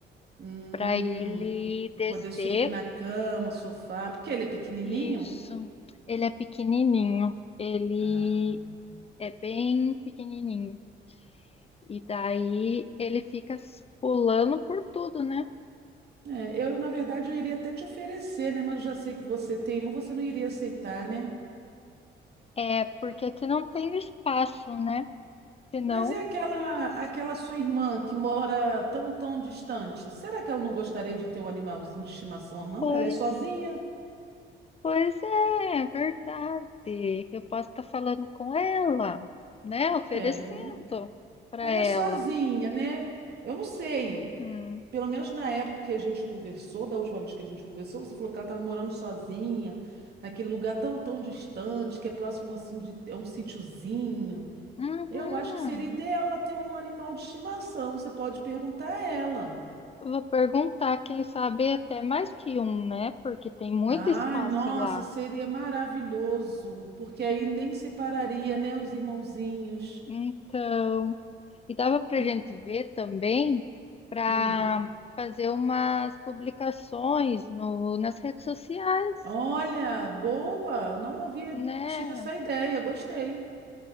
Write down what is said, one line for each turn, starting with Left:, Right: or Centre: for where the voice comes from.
Right: Hum,
Left: Para ele descer.
Right: poder subir na cama, sofá, porque ele é pequenininho.
Left: Isso. Ele é pequenininho. Ele
Right: Ah,
Left: é bem pequenininho. E daí ele fica s- pulando por tudo, né?
Right: é, eu, na verdade, eu iria até te oferecer, né? Mas eu já sei que você tem um, você não iria aceitar, né?
Left: É, porque aqui não tem espaço, né? Senão,
Right: Mas e aquela,
Left: nossa,
Right: aquela sua irmã que mora tão, tão distante? Será que ela não gostaria de ter um animalzinho de estimação, não?
Left: pois,
Right: Ela é sozinha?
Left: pois é, é verdade. Eu posso estar falando com ela, né? Oferecendo
Right: É,
Left: para
Right: ela
Left: ela.
Right: é sozinha, né? Eu não sei.
Left: Uhum,
Right: Pelo menos na época que a gente conversou, da última vez que a gente conversou, você falou que ela estava morando sozinha, naquele lugar tão, tão distante, que é próximo assim de é um sítiozinho.
Left: uhum.
Right: Eu acho que seria ideal ela ter um animal de estimação. Você pode perguntar a ela.
Left: Vou perguntar, quem sabe até mais que um, né? Porque tem muito
Right: Ai,
Left: espaço
Right: nossa,
Left: lá.
Right: seria maravilhoso, porque aí nem separaria, né, os irmãozinhos.
Left: Então. E dava para
Right: E-
Left: a gente ver também para
Right: hum.
Left: fazer umas publicações no, nas redes sociais,
Right: Olha, boa, não havia
Left: né?
Right: tido essa ideia, gostei.